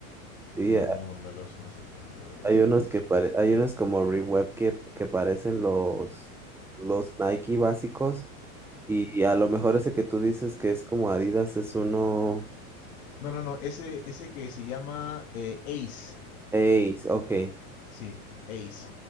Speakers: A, in the centre; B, on the left.
A: Sí,
B: No, no los, no los encuentro, a ver,
A: Hay
B: zapatos.
A: unos que pare- hay unos como Reweb que, que parecen los, los Nike básicos. Y a lo mejor ese que tú dices que es como Adidas es uno
B: No, no, no, ese, ese que se llama eh, Ace.
A: Ace, ok.
B: Sí, Ace.